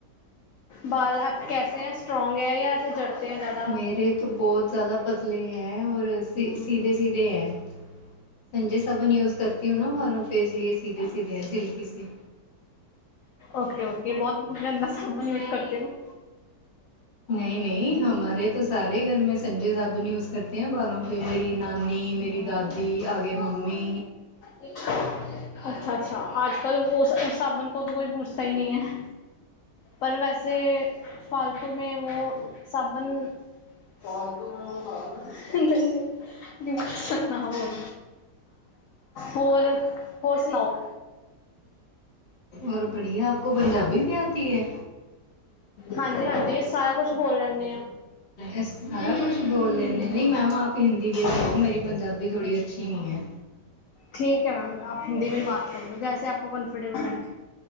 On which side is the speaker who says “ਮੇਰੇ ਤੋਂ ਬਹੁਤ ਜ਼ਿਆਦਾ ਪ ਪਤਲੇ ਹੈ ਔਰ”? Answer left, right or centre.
Left